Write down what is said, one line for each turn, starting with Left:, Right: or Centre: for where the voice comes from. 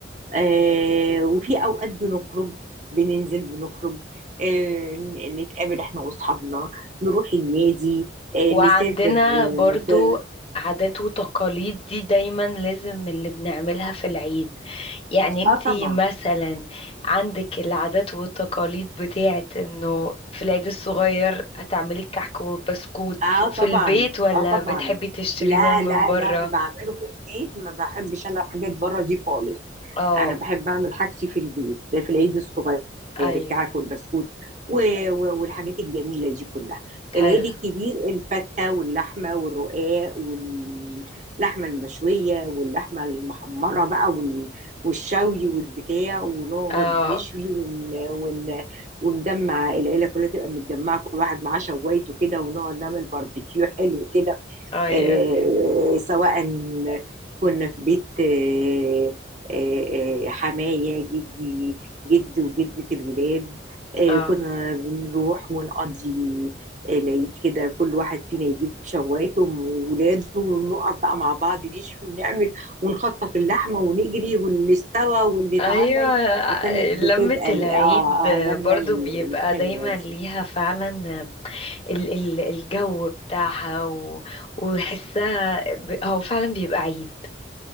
Right: آه وفي اوقات بنخرج بننزل بنخرج آه ن- نتقابل احنا واصحابنا نروح النادي آه
Left: وعندنا
Right: نسافر آه،
Left: برضو
Right: مكان
Left: عادات وتقاليد دي دايما لازم اللي بنعملها في العيد يعني انتي
Right: اه طبعا
Left: مثلا عندك العادات والتقاليد بتاعت انه في العيد الصغير هتعملي الكحك والبسكوت
Right: اه طبعا
Left: في البيت ولا
Right: اه طبعا
Left: بتحبي تشتريهم
Right: لا لا
Left: من بره
Right: لا بعمله في البيت ما بحبش انا الحاجات بره دي خالص
Left: اه
Right: انا بحب اعمل حاجتي في البيت ده في العيد الصغير
Left: ايوه
Right: الكعك والبسكوت و... و... والحاجات الجميله دي كلها
Left: حلو
Right: العيد الكبير الفته واللحمه والرقاق واللحمه المشويه واللحمه المحمره بقى وال... والشوي والبتاع ونقعد
Left: اه
Right: نشوي ون... ون... ونجمع العيله كلها تبقى متجمعه كل واحد معاه شوايته كده ونقعد نعمل باربيكيو حلو كده
Left: ايوه
Right: آه، سواء كنا في بيت آه، آه، آه، حماية جدي جد وجدة الولاد آه،
Left: اه
Right: كنا بنروح ونقضي آه، العيد كده كل واحد فينا يجيب شوايته وولاده ونقعد بقى مع بعض نشوي ونعمل ونخطف اللحمة ونجري واللي استوى واللي اتعمل
Left: ايوه
Right: وكانت
Left: لمة
Right: بتبقى
Left: العيد
Right: ال- اه اه لما
Left: برضو
Right: ال-
Left: بيبقى
Right: الحلوة
Left: دايما ليها
Right: دي
Left: فعلا ال ال الجو بتاعها و- وحسها ب- هو فعلا بيبقى عيد